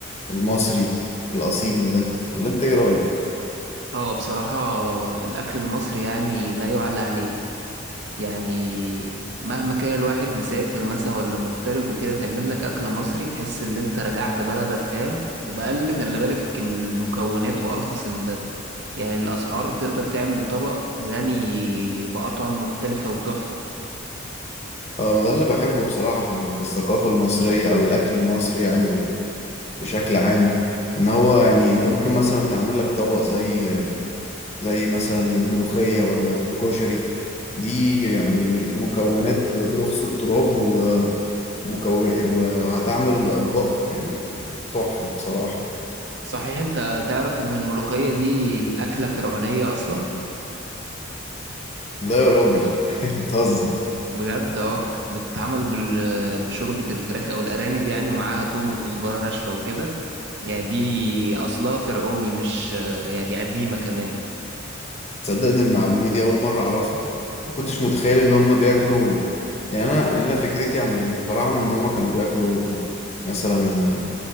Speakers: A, on the left; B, on the right.
A: المصري الاصيل ده ولا انت ايه رايك
B: اه بصراحة الأكل المصري يعني لا يعلى عليه يعني مهما كان الواحد مسافر مثلا ولا مغترب وكده تعمل لك أكل مصري تحس إن أنت رجعت بلدك فاهم وبأقل خلي بالك الكم- المكونات وأرخص ال... يعني الأسعار تقدر تعمل طبق غني بأطعم مختلفة وتحفة
A: اه ما ده اللي بحبه بصراحة في ال- في الثقافة المصرية او الاكل المصري يعني بشكل عام ان هو يعني انت ممكن مثلا تعمل لك طبق زي زي مثلا الملوخية ولا الكشري دي يعني مكونات برخص التراب و- ومكون وهتعمل اطباق يعني تحفة بصراحة
B: صحيح أنت تعرف إن الملوخية دي أكلة فرعونية أصلا
A: لا يا راجل <laughs> بتهزر
B: بجد أه بتتعمل بال... بشوربة الفراخ أو الأرانب يعني ومعاها توم وكزبرة ناشفة وكده يعني دي أصلها فرعوني مش يعني قديمة كمان
A: تصدق ان المعلومة دي اول مرة اعرفها ما كنتش متخيل ان هم بياكلوا يعني انا يعني انا فكرتي عن الفراعنة ان هم كانوا بياكلوا مثلا